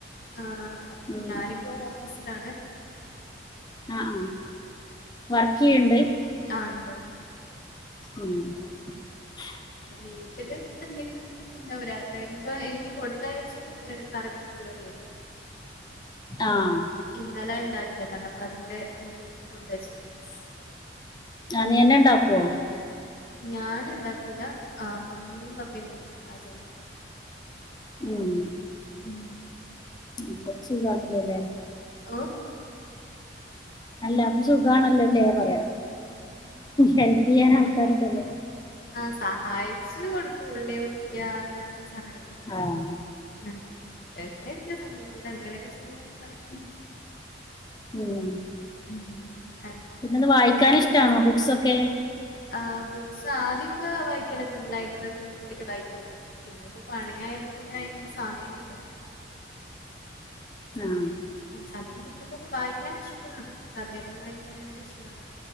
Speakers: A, on the left; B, on the left.
A: ആഹ
B: ഉം
A: ഞാനി ഇപ്പൊ ഓഫീസിലാണെ
B: അഹ്, ആഹ വർക്കെയ്യ്ണ്ട്?
A: ആഹ് ഇണ്ട്ണ്ട്.
B: ഉം !!
A: വീട്ടില് എന്തെങ്കിലും ഇണ്ടാവുര ഏഹ ഇന്ന്പ്പ എനിക്ക് കൊടുത്തയച്ചത് കറിബീഫ് കറിയെര്ന്നു.
B: ആഹ്
A: ഇന്നെലെ ഇണ്ടാക്കിയതാണ് അപ്പൊ അതിന്റെ എനിക്ക് കൊട്ത്തയിച്ചിട്ട്ണ്ട്.
B: ആഹ ന്നീയെന്നെ ഇണ്ടാക്കോ?
A: ഞാൻ ഇണ്ടാക്കൂല ആഹ മമ്മീംപപ്പീ കൂടിം പാചകം മൊത്തം.
B: ഉം
A: ഉം
B: ഉം കൊച്ച് ഇതാണല്ലോലെ?
A: ഓഹ്
B: അല്ല അപ്പൊ സുഖാണല്ലോല്ലേ പറയാ ഹെല്പ് ചെയ്യാൻ ആൾക്കാര്ണ്ടല്ലോ?
A: ആഹ് സഹായിച്ച് കൊട്ക്കു ഉള്ളിമുറിക്കാ അങ്ങനെക്കോ സഹായി-
B: ആഹ്
A: അഹ് വെറുതെ ഇരിക്കാൻ സമ്മയ്ക്കൂല എന്തേലൊക്കെ ചെയ്യാൻപറിം.
B: ഉം
A: ഉം അതെ
B: പിന്നെന്താ വായിക്കാൻ ഇഷ്ട്ടാണോ ബുക്ക്സൊക്കെ
A: ആഹ് ബുക്സ് ആധ്യെക്കെ വായിക്കാലൊക്കെണ്ട് ലൈബ്രറില് ഒക്കെ പോയിട്ട് വായിക്കാലൊക്കെഇണ്ട്. പിന്നെഇപ്പൊ പണിയായപ്പോ പിന്നെ അയ്നൊന്നും സമയംകിട്ടെല് ല്ല. പിന്നെ
B: ആ
A: സമയം കിട്ടുമ്പോക്കെ വായിക്കാൻ ഇഷ്ട്ടോണ് കഥയെല്ലം വായിക്കാ അങ്ങനൊക്കെ ഇഷ് ട്ടാണ്